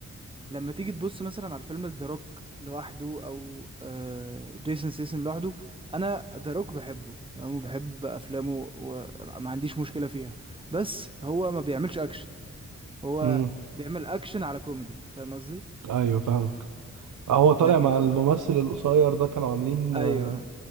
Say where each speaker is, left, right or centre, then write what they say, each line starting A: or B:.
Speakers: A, on the right (about 15°); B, on the right (about 85°).
A: لما تيجي تبص مثلا على فيلم ذا روك لوحده او آه جيسون ستاثام لوحده انا ذا روك بحبه تمام وبحب افلامه وما عنديش مشكلة فيها بس هو ما بيعملش اكشن هو
B: امم
A: بيعمل اكشن على كوميدي فاهم قصدي
B: أيوه فاهمك هو طالع
A: لكن
B: مع الممثل القصير ده كانوا عاملين
A: ايوه
B: آه،